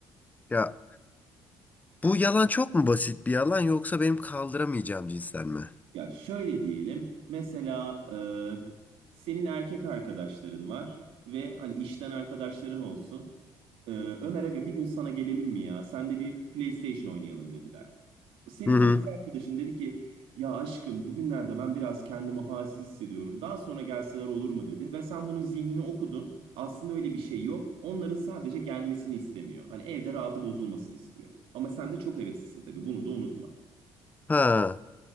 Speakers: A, on the left; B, on the right.
A: Ya Bu yalan çok mu basit bir yalan yoksa benim kaldıramayacağım cinsten mi?
B: Ya şöyle diyelim. Mesela e, senin erkek arkadaşların var ve hani işten arkadaşların olsun. E, Ömer aga bir gün sana gelelim mi ya? Sen de bir PlayStation oynayalım dediler. Senin
A: Hı hı.
B: de kız arkadaşın dedi ki ya aşkım bugünlerde ben biraz kendimi halsiz hissediyorum. Daha sonra gelseler olur mu dedi ve sen bunun zihnini okudun. Aslında öyle bir şey yok. Onların sadece gelmesini istemiyor. Hani evde rahatı bozulmasın istiyor. Ama sen de çok heveslisin tabii. Bunu da unutma.
A: Ha,